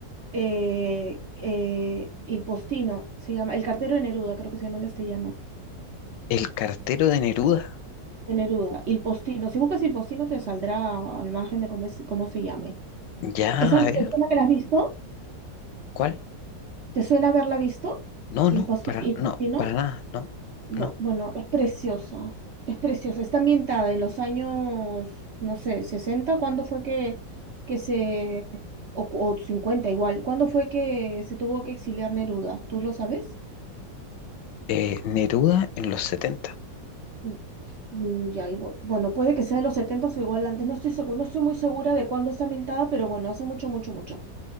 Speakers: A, on the right; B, on the left.
A: Eh, eh, Il Postino, se llama, El cartero de Neruda, creo que se llama en castellano.
B: El cartero de Neruda.
A: De Neruda, Il Postino. Si buscas Il Postino te saldrá al margen de cómo, es- cómo se llame.
B: Ya,
A: ¿Esa,
B: a
A: ¿Te
B: ver,
A: suena que la has visto?
B: ¿cuál?
A: ¿Te suena haberla visto?
B: No,
A: Il
B: no,
A: Posti-
B: para,
A: Il
B: no,
A: Postino.
B: para nada, no,
A: Bu-
B: no.
A: Bueno, es preciosa, es preciosa. Está ambientada en los años, no sé, 60. ¿cuándo fue que, que se, o, cu- o 50 igual, ¿cuándo fue que se tuvo que exiliar Neruda? ¿Tú lo sabes?
B: Eh, Neruda en los setenta
A: Mm, mm, Ya, igual. Bueno, puede que sea de los 70 o igual antes, no estoy seguro, no estoy muy segura de cuándo está ambientada, pero bueno, hace mucho, mucho, mucho.